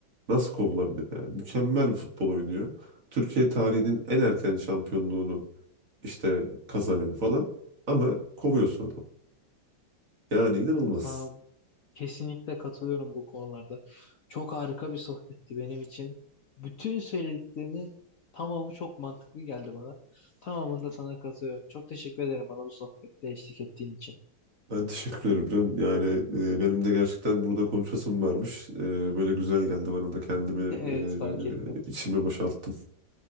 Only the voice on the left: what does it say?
Ya sana kesinlikle katılıyorum bu konularda. Çok harika bir sohbetti benim için. Bütün söylediklerinin tamamı çok mantıklı geldi bana. Tamamında sana katılıyorum. Çok teşekkür ederim bana bu sohbette eşlik ettiğin için.
<laughs> Evet fark
ettim.